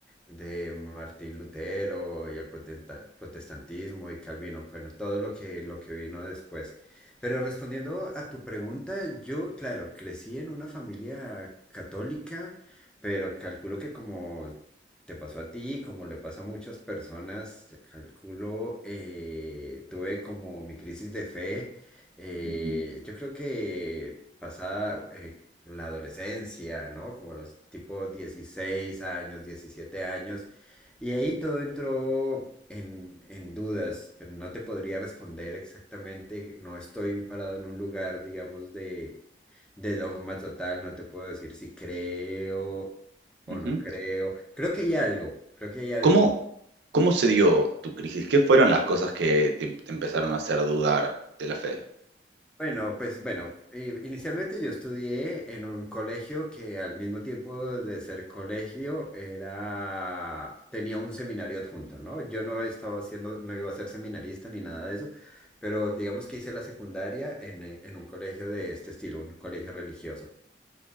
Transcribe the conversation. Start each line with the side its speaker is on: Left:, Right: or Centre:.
Centre: de Martín Lutero y el protesta- protestantismo y Calvino, bueno, todo lo que, lo que vino después. Pero respondiendo a tu pregunta, yo, claro, crecí en una familia católica, pero calculo que como te pasó a ti, como le pasa a muchas personas, calculo, eh, tuve como mi crisis de fe eh,
Right: Ujú,
Centre: yo creo que pasada eh, la adolescencia, ¿no? Como los tipo 16 años, 17 años, y ahí todo entró en, en dudas, pero no te podría responder exactamente, no estoy parado en un lugar, digamos, de, de dogma total, no te puedo decir si creo o
Right: ujú.
Centre: no creo, creo que hay algo, creo que hay algo.
Right: ¿Cómo, cómo se dio tu crisis? ¿Qué fueron las cosas que te, te empezaron a hacer dudar de la fe?
Centre: Bueno, pues bueno, eh, inicialmente yo estudié en un colegio que al mismo tiempo de ser colegio era tenía un seminario adjunto, ¿no? Yo no estaba haciendo, no iba a ser seminarista ni nada de eso, pero digamos que hice la secundaria en, eh, en un colegio de este estilo, un colegio religioso.